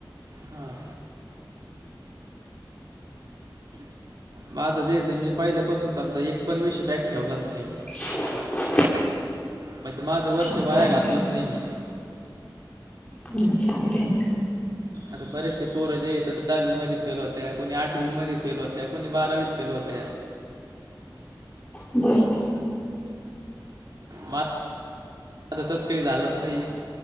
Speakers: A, on the right; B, on the left.
A: हां माझं जेे येतं मी पहिल्यापासून समजा एक पण विषय बॅक ठेवलाच नाही.
B: <inaudible>
A: म्हणजे, माझं वर्ष
B: छान
A: वाया
B: चांगले
A: घातलंच नाही मी.
B: हमं चांगले आहे ना.
A: आता बरेचसे पोर इथं तर दहावी मध्ये फेल होत, कोणी आठवी मध्ये फेल होत, कोणी बारावीत फेल होत.
B: बरोबर.
A: मा आता तस काही झालंच नाही.